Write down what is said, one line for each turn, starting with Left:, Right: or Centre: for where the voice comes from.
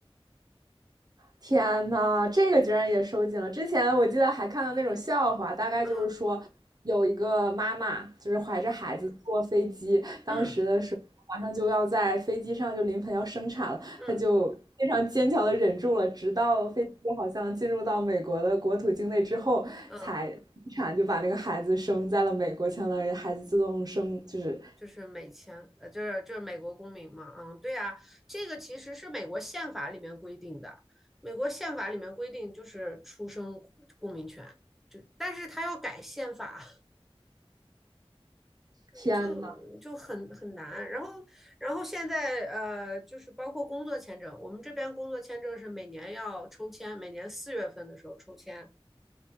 Right: 天呐，这个居然也收紧了！之前我记得还看到那种笑话，大概就是说有一个妈妈就是怀着孩子坐飞机，
Centre: 嗯嗯
Right: 当时的时候马上就要在飞机上就临盆要生产了，
Centre: 嗯嗯
Right: 她就非常坚强的忍住了，直到飞机好像进入到美国的国土境内之后才生产，
Centre: 嗯。
Right: 就把那个孩子生在了美国，相当于孩子自动生，就是
Centre: 就是美签，呃，就是就是美国公民嘛，嗯，对啊，这个其实是美国宪法里面规定的，美国宪法里面规定就是出生公民权，就但是他要改宪法，
Right: 天呐，
Centre: 就就很很难。然后然后现在呃，就是包括工作签证，我们这边工作签证是每年要抽签，每年四月份的时候抽签，